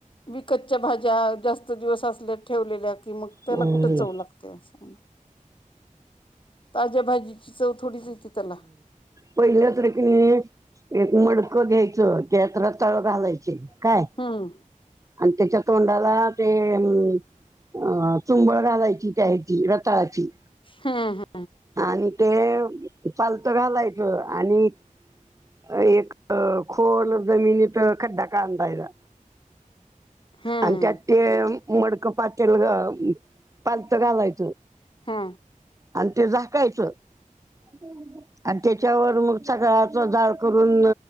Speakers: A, on the left (about 35°); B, on the right (about 25°).
A: विकतच्या भाज्या जास्त च दिवस असल्यात ठेवलेल्या कि मग त्याला
B: हम्म
A: कुठे चव लागते अस पण आहे ताज्या भाजीची चव, थोडीचं येते त्याला
B: पहिल्या तरी कनी एक मडकं, घ्यायचं त्यात रताळं घालायची. काय
A: हम्म
B: आणि त्याच्या, तोंडाला ते अं अ चुंबळ घालायची, त्या ह्यची रताळाची,
A: हा हा,
B: आणि ते चालतं घालायचं आणि <unintelligible> एक खोल जमिनीत खड्डा कांडायचा,
A: हम्म
B: आणि त्यात ते मडकं पातेल, अं पालत घालायचं.
A: हा,
B: आणि ते झाकायचं, <unintelligible> आणि त्याच्यावर मग सगळाचं जाळ करून,